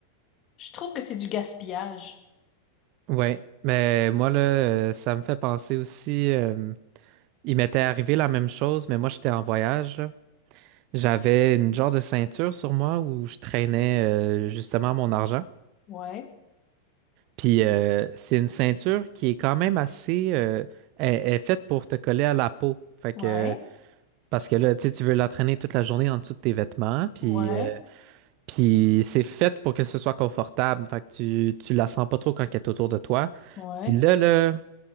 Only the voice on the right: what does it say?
Ouais, mais moi là, euh, ça me fait penser aussi. euh, il m'était arrivé la même chose, mais moi j'étais en voyage. là. J'avais une genre de ceinture sur moi où je traînais euh, justement mon argent.
Puis euh, c'est une ceinture qui est quand même assez, euh, elle, elle est faite pour te coller à la peau. Fait que
parce que là, tu sais, tu veux la traîner toute la journée en dessous de tes vêtements. Puis
euh, puis c'est fait pour que ce soit confortable. Fait que tu tu la sens pas trop quand elle est autour de toi.
Puis là là.